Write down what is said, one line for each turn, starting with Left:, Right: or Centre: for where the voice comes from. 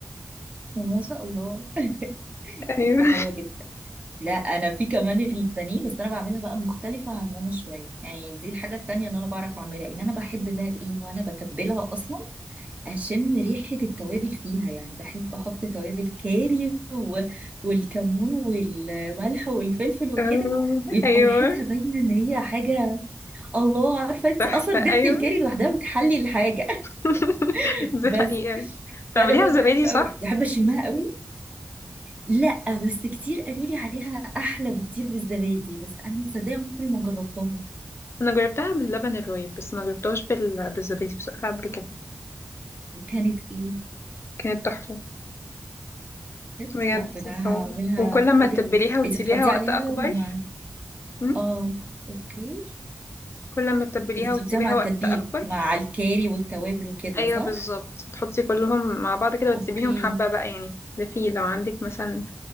Right: ما شاء الله <laughs>
Left: ايوه
Right: دي حاجه حلوه جدا لا انا في كمان البانيه بس انا بعملها بقى مختلفه عن ماما شويه يعني دي الحاجه التانية اللي انا بعرف اعملها ان انا بحب بقى ايه وانا بتبلها اصلا اشم ريحه التوابل فيها يعني بحب احط توابل كاري و... والكمون والملح والفلفل وكده
Left: <laughs>
Right: ويبقى
Left: آه، ايوه
Right: ريحتها باينه ان هي حاجه الله عارفه انت
Left: تحفة
Right: اصلا
Left: ايوه
Right: ريحه الكاري لوحدها بتحلي الحاجه
Left: <laughs>
Right: <laughs>
Left: دي
Right: بس
Left: حقيقة بتعمليها
Right: فانا بقى
Left: بزبادي
Right: بحب قوي
Left: صح؟
Right: بحب اشمها قوي لا بس كتير قالوا لي عليها احلى بكتير بالزبادي بس انا تصدقي عمري ما جربتها
Left: انا جربتها باللبن الرايب بس ما جربتهاش بال... بالزبادي بصراحة قبل كده
Right: وكانت ايه
Left: كانت تحفة
Right: كانت
Left: بجد
Right: لا ده انا
Left: اه
Right: هعملها
Left: وكل
Right: بجد
Left: ما تتبليها وتسيبيها
Right: انت بتحطي
Left: وقت
Right: عليها
Left: اكبر
Right: مع
Left: م?
Right: اه اوكي
Left: كل ما تتبليها
Right: انت بتحطيها
Left: وتسيبيها
Right: مع التتبيله
Left: وقت اكبر
Right: مع الكاري والتوابل وكده
Left: ايوه
Right: صح
Left: بالظبط بتحطي كلهم مع بعض كده وتسيبيهم
Right: اوكي
Left: حبه بقى يعني تلفيه لو عندك مثلا